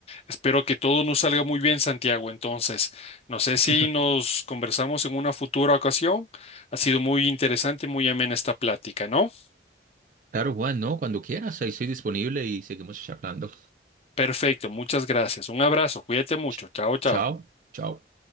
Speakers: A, on the left; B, on the right.
A: espero que todo nos salga muy bien, Santiago. Entonces, no sé si
B: <laughs>
A: nos conversamos en una futura ocasión. Ha sido muy interesante, muy amena esta plática, ¿no?
B: Claro, Juan, no, cuando quieras, ahí estoy disponible y seguimos charlando.
A: Perfecto, muchas gracias. Un abrazo, cuídate mucho.
B: Ch-
A: Chao, chao.
B: Chao, chao.